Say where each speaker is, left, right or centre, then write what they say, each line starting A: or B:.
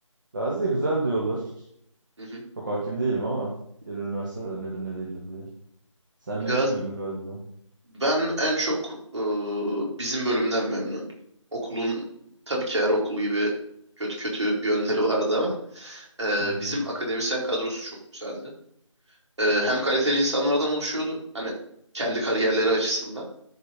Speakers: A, on the right (about 40°); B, on the right (about 60°).
A: Gazi de güzel diyorlar.
B: <laughs> Hı hı.
A: Çok hakim değilim ama diğer üniversiteler nedir ne değildir diye. Sen memnun
B: Gaz
A: muydun Gazi'den?
B: ben en çok e, bizim bölümden memnundum. Okulun tabii ki her okul gibi kötü kötü yönleri vardı ama e,
A: Hı hı.
B: bizim akademisyen kadrosu çok güzeldi. Ee, hem kaliteli insanlardan oluşuyordu hani kendi kariyerleri açısından